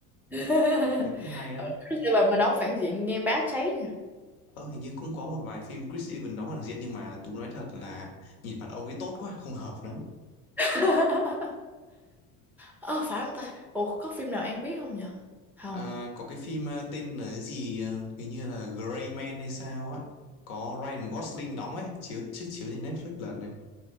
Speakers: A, in the centre; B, on the left (about 75°).
A: <laughs>
B: đấy cũng hay
A: Ờ,
B: đó
A: Chris Evans mà đóng phản diện nghe bá cháy nha
B: ờ hình như cũng có một vài phim Chris Evans đóng phản diện nhưng mà tôi nói thật là nhìn mặt ông ấy tốt quá không hợp lắm
A: <laughs> ờ phải không ta ủa có phim nào An biết không nhở không
B: À, có cái phim ờ, tên là cái gì ờ, hình như là Gray Man hay sao á có Ryan Gosling đóng ấy chiếu chiếu chiếu trên Netflix lần này